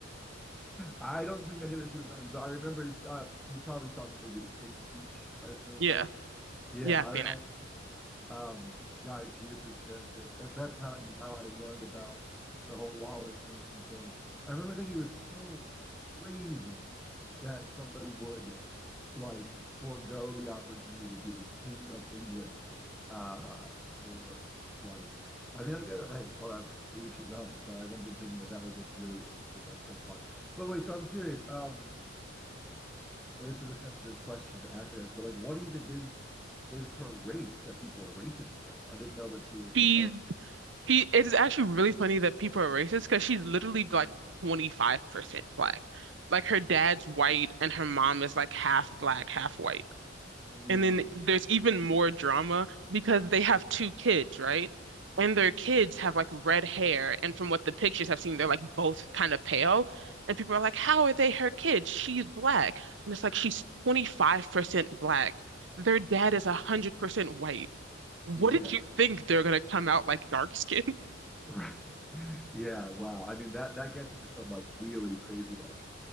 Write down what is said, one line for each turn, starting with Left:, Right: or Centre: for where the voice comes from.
Centre: I don't think I knew that she was Nazi, but I remember uh, you probably saw the movie The King's Speech, I assume,
Right: Yeah,
Centre: right? Yeah,
Right: yeah,
Centre: I,
Right: I've seen
Centre: I
Right: it.
Centre: remember um, Guy Pearce's character. That, that's kind of how I learned about the whole Wallace Simpson thing. I remember thinking it was so crazy that somebody would like forego the opportunity to be the king of England uh, for like. I mean, I guess Hey, whatever. To each his own. But I remember thinking that that was a really interesting like subplot. But wait, so I'm curious. Um, and this is a sensitive question to ask, I guess. But like, what even is is her race that people are racist against? I didn't know that she was
Right: She's
Centre: like oh,
Right: She it is actually really funny that people are racist because she's literally like 25% black. Like her dad's white and her mom is like half black, half white.
Centre: mm,
Right: And then there's even more drama because they have two kids, right? And their kids have like red hair. And from what the pictures i have seen, they're like both kind of pale. And people are like, how are they her kids? She's black. And it's like she's 25% black. Their dad is 100% white. What
Centre: yeah,
Right: did you think they're gonna come out like dark skin?
Centre: <laughs> right, yeah. Wow. I mean, that that gets into some like really crazy like